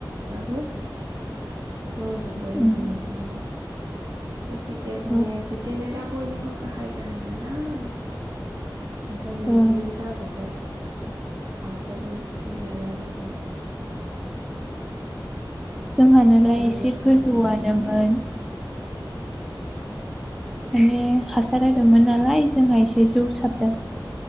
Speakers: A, on the right (about 50°); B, in the centre.
A: गाबो जजोब्बाय
B: उम,
A: नैबे मोनसेनिया बे खोथिया फुनाया
B: औ
A: खोथियानो दा बयनाबो गाहाय गाहाय नालाय। ओंखायनो
B: औ
A: बिदिनो जाजोब्बाय। आखायाबो थै लालाजोब्बाय।
B: जोंहानालाय
A: बोरैबाथार
B: एसे गोजौआनोमोन माने हासार होदोंमोन नालाय जोंहा एसे जौसाबदों।